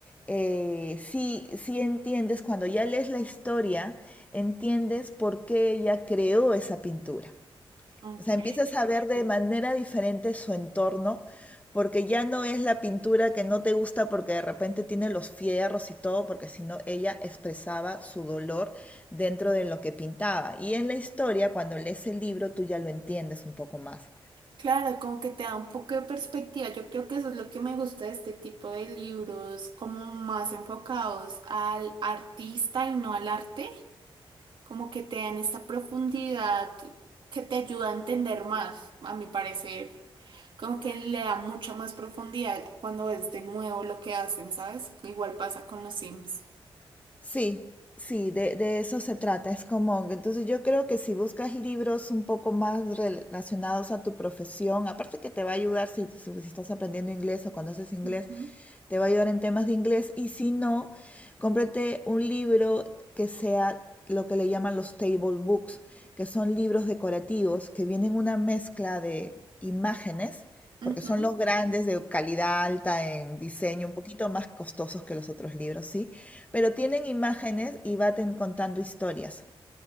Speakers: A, on the left (about 15°); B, on the right (about 60°).
A: eh, sí, sí entiendes, cuando ya lees la historia, entiendes por qué ella creó esa pintura.
B: Ok.
A: O sea, empiezas a ver de manera diferente su entorno, porque ya no es la pintura que no te gusta porque de repente tiene los fierros y todo, porque sino ella expresaba su dolor dentro de lo que pintaba. Y en la historia, cuando lees el libro, tú ya lo entiendes un poco más.
B: Claro, como que te da un poco de perspectiva. Yo creo que eso es lo que me gusta de este tipo de libros, como más enfocados al artista y no al arte, como que te dan esta profundidad que te ayuda a entender más, a mi parecer. Como que le da mucha más profundidad cuando ves de nuevo lo que hacen, ¿sabes? Igual pasa con los Sims.
A: Sí, sí, de, de eso se trata. Es como, que- entonces yo creo que si buscas libros un poco más relacionados a tu profesión, aparte que te va a ayudar si, si si estás aprendiendo inglés o conoces inglés,
B: Ujú.
A: te va a ayudar en temas de inglés. Y si no, cómprate un libro que sea lo que le llaman los table books, que son libros decorativos que vienen una mezcla de imágenes. Porque
B: Ujú.
A: son los grandes de calidad alta en diseño, un poquito más costosos que los otros libros, sí, pero tienen imágenes y va ten- contando historias,